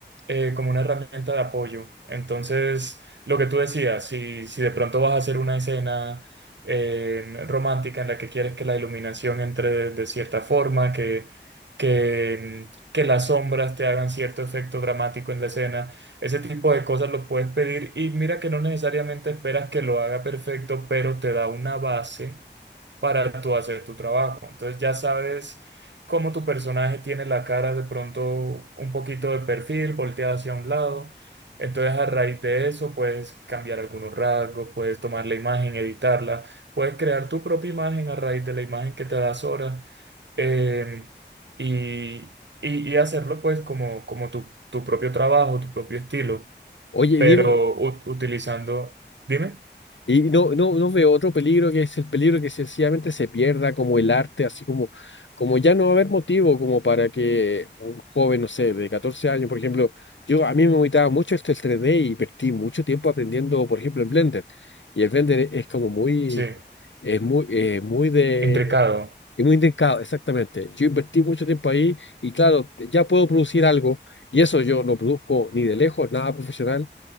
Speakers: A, on the right; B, on the left.
A: eh, como una herramienta de apoyo. Entonces, lo que tú decías, si, si de pronto vas a hacer una escena eh, romántica en la que quieres que la iluminación entre de, de cierta forma, que, que, que las sombras te hagan cierto efecto dramático en la escena, ese tipo de cosas lo puedes pedir y mira que no necesariamente esperas que lo haga perfecto, pero te da una base para tú hacer tu trabajo. Entonces ya sabes cómo tu personaje tiene la cara de pronto un poquito de perfil, volteada hacia un lado. Entonces a raíz de eso puedes cambiar algunos rasgos, puedes tomar la imagen, editarla, puedes crear tu propia imagen a raíz de la imagen que te da Sora eh, y, y, y hacerlo pues como, como tu, tu propio trabajo, tu propio estilo,
B: Oye,
A: pero
B: Diego,
A: u- utilizando, dime,
B: Y no, no, no veo otro peligro que es el peligro que sencillamente se pierda como el arte, así como, como ya no va a haber motivo como para que un joven, no sé, de 14 años, por ejemplo, yo a mí me gustaba mucho esto el 3D y perdí mucho tiempo aprendiendo, por ejemplo, en Blender. Y el Blender e- es como muy,
A: sí,
B: es muy, eh, muy de,
A: intricado.
B: es muy indicado, exactamente. Yo invertí mucho tiempo ahí y claro, ya puedo producir algo y eso yo no produzco ni de lejos, nada profesional